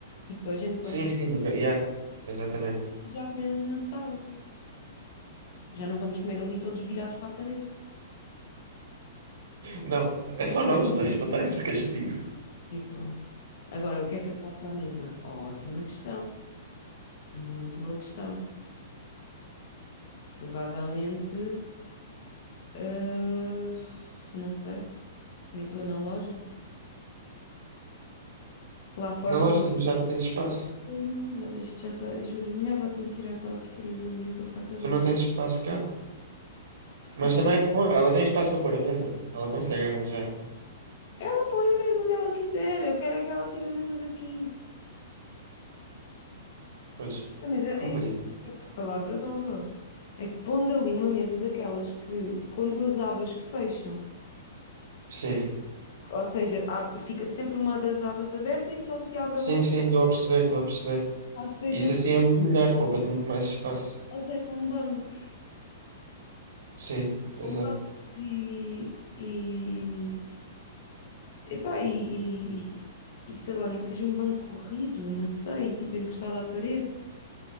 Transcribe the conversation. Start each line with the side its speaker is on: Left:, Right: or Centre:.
Left: Tipo, a gente quando
Right: Sim, sim, nunca. Yeah, exatamente.
Left: já comemos na sala. Já não vamos comer ali todos virados para a parede.
Right: Não, é só nós os dois para estarmos de castigo.
Left: Tipo, agora o que é que eu faço à mesa? Ótima questão. Muito boa questão. Provavelmente, ah, não sei, meto-a na loja. Lá fora,
Right: Na loja
Left: não.
Right: também já não tens espaço.
Left: Pois não, já, isto já está, juro, a minha avó tinha de tirar aquela porcaria dali, eu estou farta
Right: Tu
Left: de,
Right: não tens espaço cá.
Left: estou
Right: Mas
Left: farta.
Right: também, pô, ela tem espaço para pôr a mesa. Ela consegue arranjar.
Left: Ela põe a mesa onde ela quiser, eu quero é que ela tire a mesa daqui.
Right: Pois,
Left: A mesa, é,
Right: compreendo.
Left: é- é, palavra de honra, é que pondo ali uma mesa daquelas que, com duas abas que fecham,
Right: Sim.
Left: ou seja, ab- fica sempre uma das abas aberta e só se abre
Right: Sim,
Left: a outra,
Right: sim, estou a perceber, estou a perceber.
Left: ou seja,
Right: Isso assim é muito melhor, poupa-te muito mais espaço.
Left: nós é com bancos.
Right: Sim, exato.
Left: com bancos e, e, epá, e, e, e sei lá, nem que seja um banco corrido, não sei, tipo encostado à parede.